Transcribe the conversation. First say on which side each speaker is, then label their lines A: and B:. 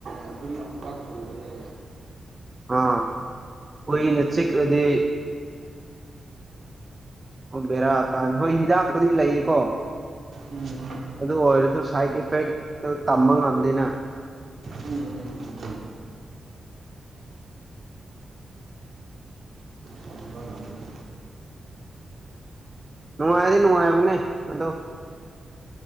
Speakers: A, on the right; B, on the right.
A: ꯑꯗꯨꯝ ꯈꯨꯇꯥꯛ ꯆꯨꯕꯅꯦ꯫
B: ꯍꯥꯥ ꯍꯨꯏꯅꯆꯛ
A: ꯗꯦꯛꯇ ꯂꯩꯕ
B: ꯔꯗꯤ ꯑꯣ ꯕꯦꯔꯥꯀꯥꯅꯤ ꯍꯣꯏ ꯍꯤꯗꯥꯛꯄꯨꯗꯤ ꯂꯩꯌꯦꯀꯣ
A: ꯎꯝ ꯎꯝ
B: ꯑꯗꯨ ꯑꯣꯏꯔꯁꯨ ꯁꯥꯏꯠ ꯏꯐꯦꯛꯇ ꯇꯝꯕ ꯉꯝꯗꯦꯅ
A: ꯎꯝ ꯎꯝ ꯇꯝꯕ ꯉꯝꯗꯦ
B: ꯅꯨꯡꯉꯥꯏꯗꯤ ꯅꯨꯡꯉꯥꯏꯕꯅꯦ ꯑꯗꯣ